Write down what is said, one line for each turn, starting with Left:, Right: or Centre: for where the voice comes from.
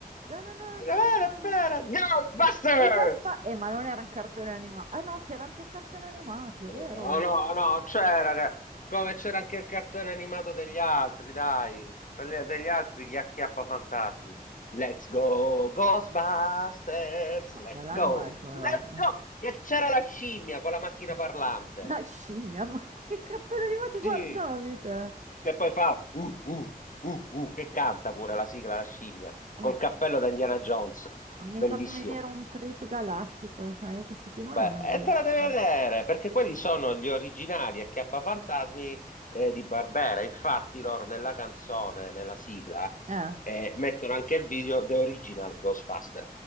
Right: no, no, no,
Left: parabara,
Right: no, no, no, no.
Left: para. Ghostbusters!
Right: no. I Caspa... Eh, ma non era un cartone animato. Ah no, c'era anche il cartone animato, è vero?
Left: Oh no, no, c'era, raga. come c'era anche il cartone animato degli altri, dai, quelli degli altri, gli acchiappafantasmi. Let's go, Ghostbusters,
Right: Ma
Left: let's
Right: quella
Left: go,
Right: non me la ricordo.
Left: let's go, che c'era la scimmia con la macchina
Right: <laughs>
Left: parlante.
Right: La scimmia, ma che cartone animati
Left: Sì,
Right: guardavi te?
Left: che poi fa, uh, uh, uh, uh, che canta pure la sigla, la scimmia, col
Right: Oddio.
Left: cappello da Indiana Jones,
Right: Mi
Left: bellissimo.
Right: hai fatto vedere un trip galattico, cioè io questi qui non
Left: Beh,
Right: li ho mai
Left: e
Right: visti.
Left: te la devi vedere, perché quelli sono gli originali Acchiappafantasmi eh, di Barbera. Infatti loro nella canzone, nella sigla,
Right: Eh,
Left: eh, mettono anche il video The Original Ghostbuster.